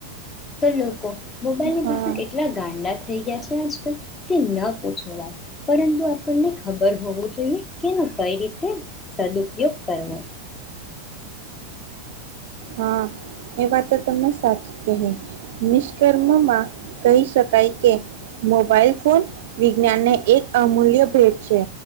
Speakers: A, on the left (about 20°); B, on the right (about 55°).
A: તો લોકો મોબાઈલની
B: હા
A: પાછળ એટલા ગાંડા થઈ ગયા છે આજકાલ કે ન પૂછો વાત. પરંતુ આપણને ખબર હોવું જોઈએ કે એનો કઈ રીતે સદુપયોગ કરવો.
B: હા એ વાત તમને સાચી કહી. નિષ્કર્મમાં કહી શકાય કે મોબાઈલ ફોન વિજ્ઞાનને એક અમૂલ્ય ભેટ છે.